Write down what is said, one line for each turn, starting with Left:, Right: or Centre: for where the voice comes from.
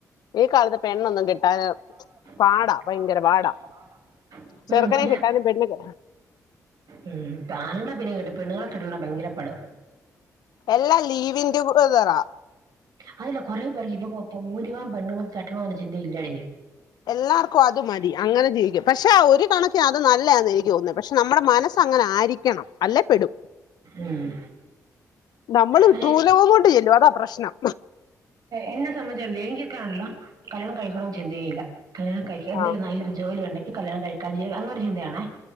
Left: ഈ
Right: <inaudible>
Left: കാലത്ത് പെണ്ണൊന്നും കിട്ടാൻ പാടാ ഭയങ്കര പാടാ ചെറുക്കനെ
Right: പക്ഷെ
Left: കിട്ടിയാലും പെണ്ണിനെ കി
Right: ഉം ആണുങ്ങളെ പിന്നെ കിട്ടും പെണ്ണുങ്ങളെ കിട്ടാനാ ഭയങ്കര പാട്
Left: എല്ലാം ലിവിങ് ടുഗതറാ
Right: അതില്ല കുറെ പേർക്ക് ഇപ്പൊ ഭൂരിഭാഗം പെണ്ണുങ്ങൾക്ക് കെട്ടണമെന്ന ചിന്ത ഇല്ലാ
Left: എല്ലാവർക്കും അത് മതി അങ്ങനെ ജീവിക്കും പക്ഷെ ആ ഒരു കണക്കിന് അത് നല്ലാന്ന് എനിക്ക് തോന്നുന്നു പക്ഷെ നമ്മുടെ മനസ്സ് അങ്ങനെ ആയിരിക്കണം അല്ലെ പെടും
Right: ഉം.
Left: നമ്മള്
Right: അല്ല
Left: ട്രൂ ലവ് കൊണ്ട് ചെല്ലും അതാ പ്രശ്നം
Right: എന്നെ സംബന്ധിച്ച് എങ്കിക്കൊക്കൊ ഇണ്ടല്ലോ കല്യാണം കഴിക്കണന്ന ചിന്തയേ ഇല്ല കല്യാണം കഴി എന്തേലും
Left: ആ
Right: നല്ലൊര് ഉണ്ടെങ്കി കല്യാണം കഴിക്കാ അങ്ങനെര് ചിന്തയാണേ